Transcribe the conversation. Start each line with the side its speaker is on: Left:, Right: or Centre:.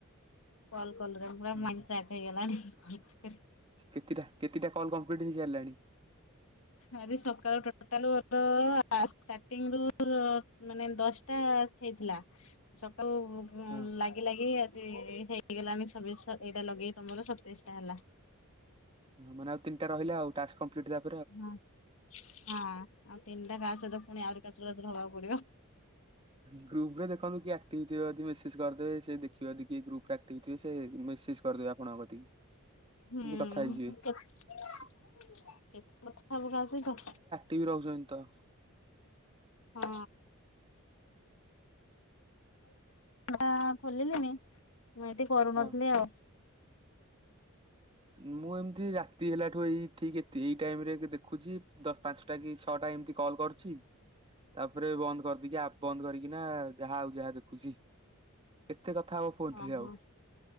Left: କଲ କଲରେ ପୁରା
Right: ଓହୋ
Left: ମାଇଣ୍ଡ ଚାଟ୍ ହେଇଗଲାଣି କଲ୍ କ
Right: କେତେଟା କେତେଟା କଲ୍ କମ୍ପ୍ଲିଟ୍ ହେଇ ସାରିଲାଣି?
Left: ଆରେ ସକାଳୁ ଟୋ ଟୋଟାଲ ମୋର ଷ୍ଟାର୍ଟିଂରୁୁ ମୋର ମାନେ ଦଶଟା ହେଇଥିଲା ସକାଳୁ ଉଁ
Right: ହଁ
Left: ଲାଗି ଲାଗି ଆଜି ହେଇଗଲାଣି ଛବିଶ ସ ଏଇଟା ଲଗେଇକି ତମର ସତେଇଶ ଟା ହେଲା।
Right: ହଁ ମାନେ ଆଉ ତିନିଟା ରହିଲା ଆଉ ଟାସ୍କ କଂପ୍ଲିଟ୍ ହେବ୍
Left: ହଁ ହଁ ଆଉ ତିନିଟା କାହା ସହିତ ପୁଣି ଆହୁରି କାଚୁର କାଚୁର ହବାକୁ ପଡିବ।
Right: ଗ୍ରୁପ ରେ ଦେଖନ୍ତୂ କିଏ ଆକ୍ଟିଭ ଥିବେ ଯଦି ମେସେଜ କରିଦେବେ ସେ ଦେଖିବେ ଯଦି କିଏ ଗ୍ରୁପରେ ଆକ କ୍ଟିଭ ଥିବେ ସେ ମେସେଜ୍ କରିଦେବେ ଆପଣଙ୍କ କତିକି।
Left: ହୁଁ
Right: ଏମିତି କଥା ହେଇଯିବେ।
Left: କେତେ କେତେ କଥା ହୋବୁ କାହା ସହିତ।
Right: ଟିଭ୍ ରହୁଛନ୍ତି ତ।
Left: ହଁ। ଟା ଖୋଲିଲିଣି ମୁଁ ଏମିତି କରୁନଥିଲି
Right: ହଁ।
Left: ଆଉ।
Right: ମୁଁ ଏମିତି ରାତି ହେଲାଠୁ ଏଇ ଠିକ ଏତି ଏଇ ଟାଇମ ରେ ଦେଖୁଛି ଦଶ ପାଞ୍ଚଟା କି ଛଅଟା ଏମିତି କଲ୍ କରୁଛି। ତାପରେ ବନ୍ଦ କରିଦେଇକି ଆପ୍ ବନ୍ଦ କରିକିନା ଯାହା ଆଉ ଯାହା ଦେଖୁଛି। ଏତେ କଥା ହବ ଫୋନ୍
Left: ଓହୋ
Right: ରେ ଆଉ।